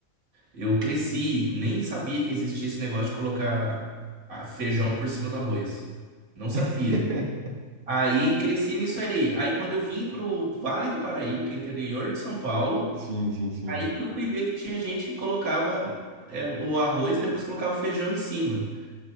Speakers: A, on the right; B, on the right.
A: eu cresci, nem sabia que existia esse negócio de colocar ah, feijão por cima do arroz. Não sabia.
B: <laughs>
A: Aí cresci nisso aí. Aí quando eu vim pro Vale do Paraíba, que é interior de São Paulo,
B: Sim, sim, sim.
A: aí que eu fui ver que tinha gente que colocava é, o arroz e depois colocava o feijão em cima.